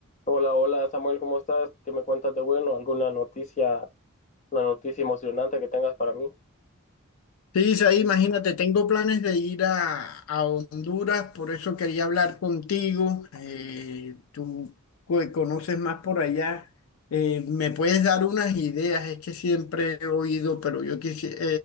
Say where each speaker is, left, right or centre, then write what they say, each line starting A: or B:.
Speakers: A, on the left; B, on the left.
A: Hola, hola Samuel, ¿cómo estás? ¿Qué me cuentas de bueno? ¿Alguna noticia, una noticia emocionante que tengas para mí?
B: Sí, Isaí, imagínate, tengo planes de ir a, a Honduras, por eso quería hablar contigo. eh, tú co- conoces más por allá. eh, ¿me puedes dar unas ideas? Es que siempre he oído, pero yo quisiera,